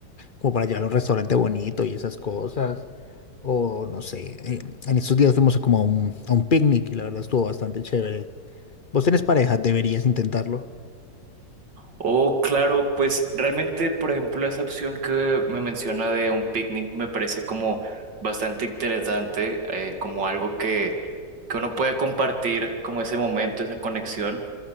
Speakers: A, on the left; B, on the right.
A: como para llevar a un restaurante bonito y esas cosas. O no sé, eh, en estos días fuimos como a un, a un picnic y la verdad estuvo bastante chévere. ¿Vos tenés pareja? Deberías intentarlo.
B: Oh, claro, pues realmente, por ejemplo, esa opción que me menciona de un picnic me parece como bastante interesante, eh, como algo que, que uno puede compartir, como ese momento, esa conexión.